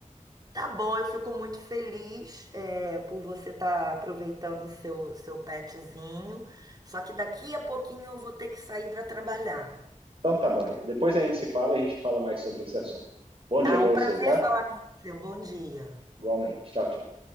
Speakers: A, on the right; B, on the right.
A: Tá bom, eu fico muito feliz é, por você estar aproveitando o seu, seu petzinho. Só que daqui a pouquinho eu vou ter que sair para trabalhar.
B: Então, tá bom. Depois a gente se fala, a gente fala mais sobre esse assunto. Bom dia
A: Tá?
B: pra
A: Um
B: você,
A: prazer
B: tá?
A: falar com você. Um bom dia.
B: Igualmente. Tchau, tchau.